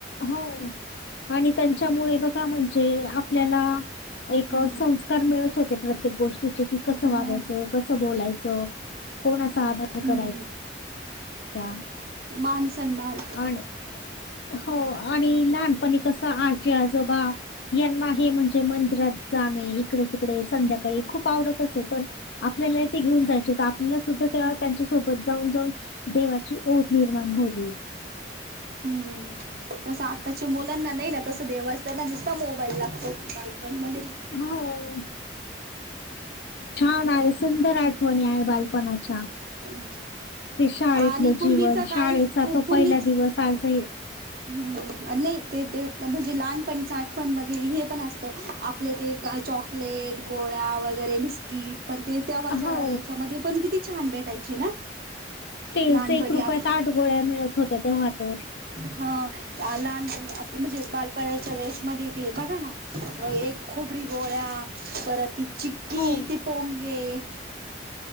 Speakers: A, on the left; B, on the right.
A: हो आणि त्यांच्यामुळे बघा म्हणजे आपल्याला एक
B: हम्म
A: संस् कार मिळत होते प्रत्येक गोष्टीचे की कसं
B: ह
A: वागायचं कसं बोलायचं कोणाचा आधार
B: हम्म
A: करायचा
B: मान सन्मान
A: आणि हो आणि लहानपणी कस आजी आजोबा यांना हे म्हणजे मंदिरात जाणे इकडे तिकडे संध्याकाळी खूप आवडत असे पण आपल्याला ते घेऊन जायचे सुद्धा ते्हा त्यांच्यासोबत जाऊन जाऊन देवाची ओढ निर्माण होली
B: हम्म तसं आताच्या मुलांना नाही ना तसं देवाच त्यांना दिसता मोबाईल लागतो बालपणमध्येध्ये
A: होा छान आहे सुंदर आठवणी आहे बालपणाच्या
B: पण
A: ते शाळेतलं
B: आणि
A: जीवन
B: पूर्वीचा
A: शाळेचा
B: काळी
A: तो
B: पूर्वीच
A: पहिला दिवस आजही
B: हम्म नाही ते ते म्हणजे लहानपण आठवण मध्ये हे पण असतं आपले ते चॉक प्लेट गोळ्या वगैरे बिस्किट पण ते तेव्हाच्या
A: हो
B: याच्यामध्ये पण किती छान भेटायचे ना
A: तेच
B: लहानपणी
A: एक रुपयात
B: आप
A: आठ गोळ्या मिळत होत्या तेव्हा तर.
B: हो. लहानपणी अस म्हणजे बालपणाच्या वेळेसमध्ये ते बघा ना एक खोबरी गोळ्या परत ती चिक्की
A: हो
B: ते पोंगे.